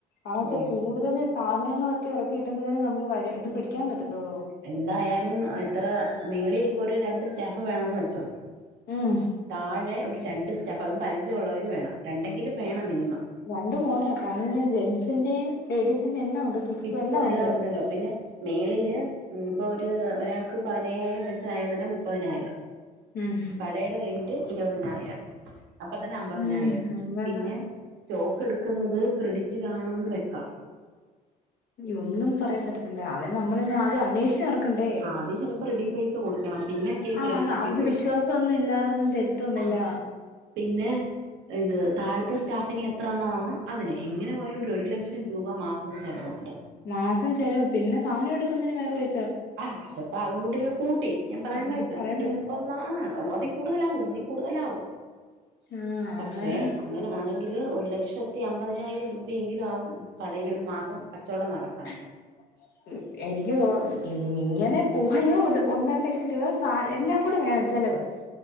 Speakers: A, on the left (about 55°); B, on the right (about 70°).
A: ആവശ്യം
B: ഓ
A: കൂടുതല് സാധനങ്ങളൊക്കെ എറക്കിയിട്ടെങ്കിലേ നമുക്ക് വര ഇത് പിടിക്കാൻ പറ്റത്തൊള്ളൂ.
B: എന്തായാലും ഇത്ര മേളിൽ ഇപ്പോ ഒരു രണ്ട് സ്റ്റാഫ് വേണോന്ന് വെച്ചോ
A: ഉം
B: താഴെ ഒരു രണ്ട് സ്റ്റാഫ് അതും പരിചയള്ളോവര് വേണം രണ്ടെങ്കിലും വേണം മിനിമം
A: രണ്ടും പോരാ കാരണം ജെൻസിന്റെയും ലേഡീസിന്റെ എല്ലാം ഉണ്ട് കിഡ്സ്
B: പിച്ചർ എല്ലാം
A: ഉണ്ട്
B: ഉണ്ടല്ലോ പിന്നെ മേളില് ഉം ഇപ്പോ ഒരു ഒരാൾക്ക് പതിനയ്യായിരം വെച്ച് ആയ തന്നെ മുപ്പതിനായിരം
A: ഉം
B: കടേടെ റെന്റ് ഇരുപതിനായിരം അപ്പ തന്നെ അമ്പതിനായിരം
A: ഉം
B: പിന്നെ സ്റ്റോക്ക് എടുക്കുന്നത് ക്രെഡിറ്റിനാണെന്ന് വെക്കാം
A: അയ്യോ ഒന്നും പറയാൻ പറ്റത്തില്ല അതായത് നമ്മളന്നെ ആദ്യം അന്വേഷിച്ച് നട ക്കണ്ടേ
B: ആദ്യം ചിലപ്പോ റെഡി പൈസ കൊടുക്കണം പിന്നൊക്കെ
A: ആ
B: ക്രെഡിറ്റ്
A: ന്നാ
B: കിട്ടും
A: അവര് വിശ്വാസൊന്നും ഇല്ലാതൊന്നും തെര ത്തൊന്നില്ല
B: ആ പിന്നെ ഇത് താഴത്തെ സ്റ്റാഫിന് എത്ര എണ്ണാന്നോ അതിന് എങ്ങനെ പോയാലും ഒരു ഒരു ലക്ഷം ലക്ഷം രൂപ മാസം ചെലവുണ്ട്
A: മാസം ചെലവ് പിന്നെ സാനം എടുക്കുന്നേന് വേറെ പൈ
B: ആഹ് ഷെപ്പാ അതും കൂടി ഒക്കെ കൂട്ടി ഞാൻ പറയുന്നേക്ക്
A: എന്നൊക്കെ പറയുന്ന
B: ഒരു മൂ അപ്പൊ ന്നാ അതി കൂടുതലാവും ഒന്നി കൂടുതലാവും
A: ആഹ് അങ്ങനെ
B: പക്ഷെ അങ്ങനെ ആണെങ്കില് ഒരു ലക്ഷത്തി അമ്പതിനായിരം രൂപയെങ്കിലും ആവും കടേലൊരു മാസം കച്ചോടം നടക്കണം
A: <inaudible> എനിക്ക് തോ ഇ ഇങ്ങനെ പോയാ ഒര് ഒന്നര ലക്ഷം രൂപ സാ എല്ലാം കൂടെ വേണം ചെലവ്